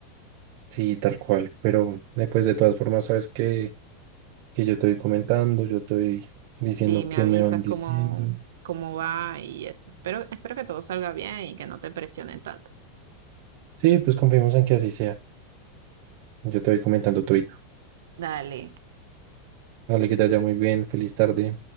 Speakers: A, on the right (about 50°); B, on the right (about 80°).
A: Sí, tal cual, pero después de todas formas sabes que, que yo te voy comentando, yo te voy diciendo
B: Sí, me
A: qué
B: avisas
A: me van diciendo.
B: cómo, cómo va y eso. Pero espero que todo salga bien y que no te presionen tanto.
A: Sí, pues confiemos en que así sea. Yo te voy comentando todo.
B: Dale.
A: Dale, que te vaya muy bien. Feliz tarde.